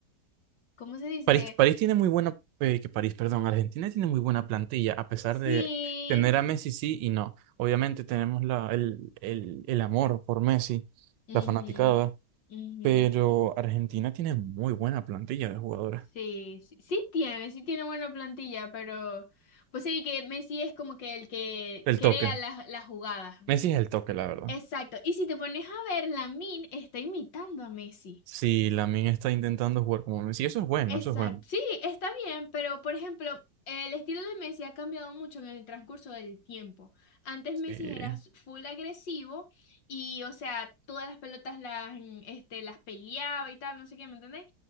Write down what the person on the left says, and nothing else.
¿cómo se dice?
Sí,
mhm,
mhm,
Sí, sí, sí tiene, sí tiene buena plantilla, pero pues sí que Messi es como que el que
crea
las, las jugadas.
Exacto, y si te pones a ver, Min está imitando a Messi.
Exacto.
Sí, está bien, pero por ejemplo, el estilo de Messi ha cambiado mucho en el transcurso del tiempo. Antes
Messi era s- full agresivo y, o sea, todas las pelotas las, mm, este, las peleaba y tal, no sé qué, ¿me entendéis?